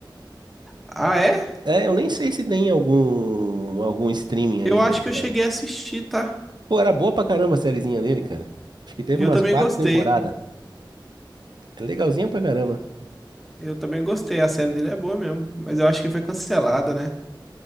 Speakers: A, in the centre; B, on the right.
A: Ah, é?
B: É, eu nem sei se tem algum algum streaming ainda,
A: Eu acho que eu
B: cara.
A: cheguei a assistir, tá?
B: Pô, era boa pra caramba a sériezinha dele, cara. Acho que teve
A: Eu
B: umas
A: também
B: quatro
A: gostei.
B: temporadas. É Legalzinha pra caramba.
A: Eu também gostei. A série dele é boa mesmo. Mas eu acho que foi cancelada, né?